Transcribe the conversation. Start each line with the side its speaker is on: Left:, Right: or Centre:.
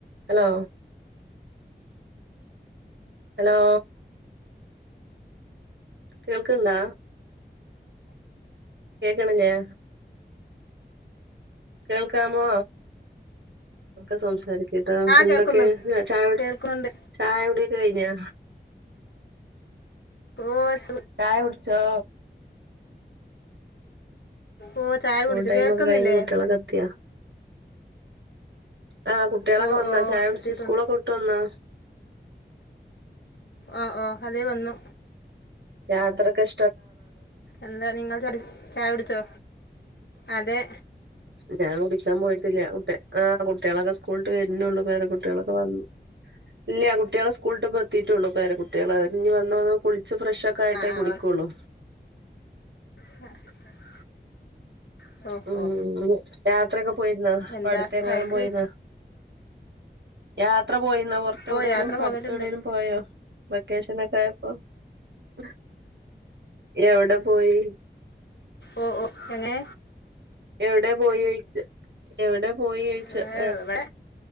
Right: Hello hello കേൾക്ക്ണ്ടാ കേക്കണില്യേ കേൾക്കാമോ ഒക്കെ സംസാരിക്ക്ട്ടാ
Left: ആ
Right: എന്തൊക്കെ
Left: കേൾക്കുന്നുണ്ട്
Right: <unintelligible>
Left: കേൾക്കുന്നുണ്ട്
Right: ചായകുടിയൊക്കെ കയിഞ്ഞാ
Left: <unintelligible>
Right: ചായ കുടിച്ചോ
Left: ഓ ചായ
Right: സ്കൂൾ
Left: കുടിച്ചു
Right: ടൈമ്
Left: കേൾക്കുന്നില്ലേ
Right: ഒക്കെ കഴിഞ്ഞ് കുട്ട്യോളൊക്കെ എത്തിയാ ആ കുട്ട്യാളൊക്കെ
Left: ഓ
Right: വന്നാ
Left: ഓ
Right: ചായ കുടിച്ച്
Left: എത്തിയിട്ടുണ്ട്
Right: സ്കൂളൊക്കെ വിട്ട് വന്നാ
Left: ആ ഓ അതെ വന്നു
Right: യാത്ര കഷ്
Left: എന്താ നിങ്ങൾ ചടി ചായ കുടിച്ചോ അതെ
Right: ഞാൻ കുടിക്കാൻ പോയിട്ടില്ല്യാ <unintelligible> ആ കുട്ട്യാളൊക്കെ സ്കൂളിട്ട് വരുന്നുള്ളൂ പേരകുട്ട്യാളൊക്കെ വന്നു ഇല്യ കുട്ട്യാളെ സ്കൂളിട്ട് ഇപ്പ എത്തീട്ടുള്ളൂ പേരകുട്ട്യാള് അവര്ഞ് വന്ന്വന്നു കുളിച്ച് <unintelligible> ഫ്രഷ് ഒക്കെ ആയിട്ടേ
Left: ആ
Right: കുടിക്കൂള്ളു
Left: വന്നു. ആ ഓ
Right: ഉം
Left: ഓ
Right: യാത്രൊക്കെ പോയിരുന്നാ ഇപ്പൊ
Left: എന്താ
Right: അടുത്തെങ്ങാനും
Left: ചായക്ക്
Right: പോയിരുന്നാ യാത്ര പോയിന്ന പുറത്തെവിടേലും
Left: ഓ യാത്ര
Right: <unintelligible>
Left: പോകലുണ്ട്
Right: പോയോ വെക്കേഷനൊക്കെ ആയപ്പോ <unintelligible> എവിടെ പോയി
Left: ഓ ഓ എ
Right: എവിടെ പോയി <unintelligible> എവിടെ പോയി <unintelligible>
Left: ഏ, ഇവിടെ